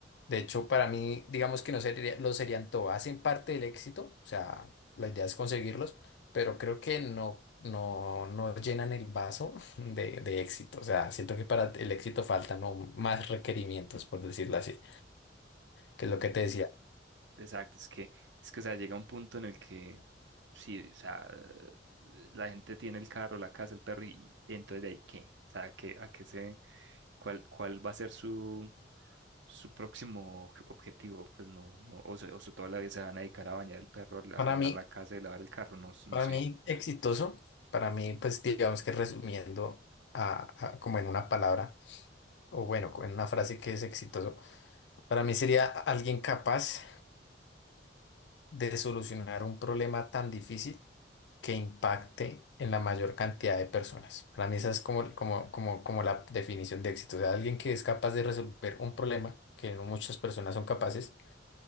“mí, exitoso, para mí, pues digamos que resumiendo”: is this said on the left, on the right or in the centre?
Left